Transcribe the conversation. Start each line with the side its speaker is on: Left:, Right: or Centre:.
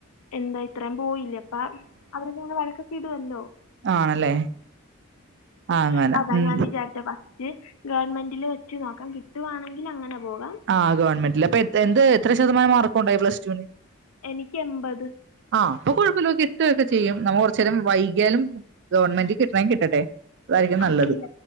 Left: എന്താ ഇത്രയും പോയില്ലേ പ്പ അവരൊക്കെ വഴക്ക ക്കിടുമല്ലോ.
Right: ആണല്ലേ ആഹ് അങ്ങന
Left: അപ്പൊ അതാ
Right: ഉം
Left: ഞാൻ വിചാരിച്ചെ ഫസ്റ്റ് ഗവൺമെന്റിൽ വെച്ച് നോക്കാം കിട്ടുവാണെങ്കിൽ അങ്ങനെ പോകാം.
Right: ആഹ് ഗവൺമെന്റില്. അപ്പൊ എ എന്ത് എത്ര ശതമാനം മാർക്കുണ്ടായി പ്ലസ് ടു ന്?
Left: എനിക്ക് എമ്പത്.
Right: ആഹ് അപ്പൊ കൊഴപ്പല്ല കിട്ടൊക്കെ ചെയ്യും നമ്മ കൊറചെരം വൈകിയാലും ഗവൺമെന്റ് കിട്ട്ണെ കിട്ടട്ടെ. അതായിരിക്കും
Left: അതല്ല
Right: നല്ലത്